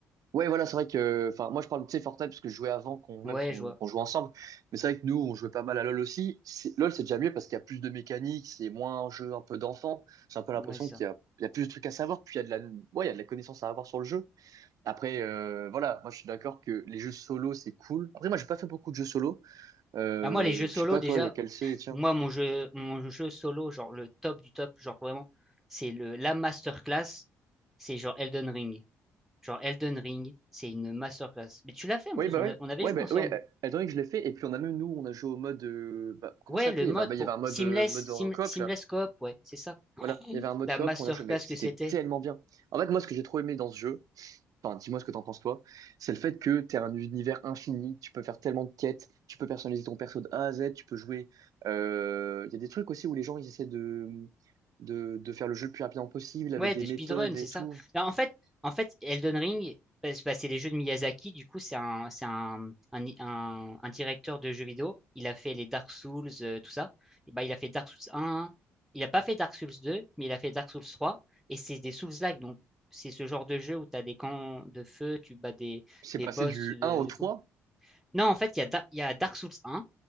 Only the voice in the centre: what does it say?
Ouais,
je vois.
Ouais, c'est ça.
Bah moi les jeux solo
déjà,
moi mon jeu mon jeu solo genre le top du top, genre vraiment, c'est le la masterclass, c'est genre Elden Ring. Genre Elden Ring, c'est une masterclass. Mais tu l'as fait en
plus,
on,
a- on avait
joué
ensemble.
Ouais,
le
mode
pour
Seamless,
Seam-
Seamless
Coop, ouais, c'est ça. Oh,
La
masterclass
que c'était.
Ouais,
de
speedrun, c'est
ça.
Là, en fait, en fait, Elden Ring, bah, c'est bah, c'est les jeux de Miyazaki. Du coup, c'est un, c'est un, un, un- un directeur de jeux vidéo. Il a fait les Dark Souls, euh, tout ça. Et bah, il a fait Dark Souls un. Il a pas fait Dark Souls deux, mais il a fait Dark Souls trois. Et c'est des Souls-like. Donc, c'est ce genre de jeu où tu as des camps de feu, tu bats des,
des
boss
de,
de
fou. Non, en fait, il y a, Da- il y a Dark Souls un.